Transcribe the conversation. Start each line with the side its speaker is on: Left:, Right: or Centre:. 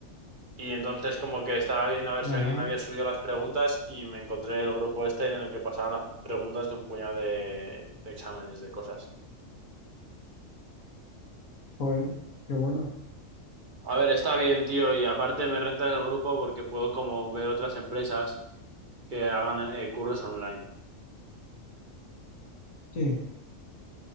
Right: Y entonces como que estaba viendo a ver
Left: Ajá,
Right: si alguien había subido las preguntas y me encontré el grupo este en el que pasaban las preguntas de un puñado de, de exámenes, de cosas.
Left: joder, qué bueno.
Right: A ver, está bien, tío, y aparte me renta el grupo porque puedo como ver otras empresas que hagan eh, cursos online.
Left: Sí,